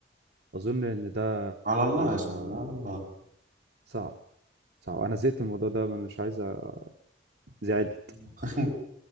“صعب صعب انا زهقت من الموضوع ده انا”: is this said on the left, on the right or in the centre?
Right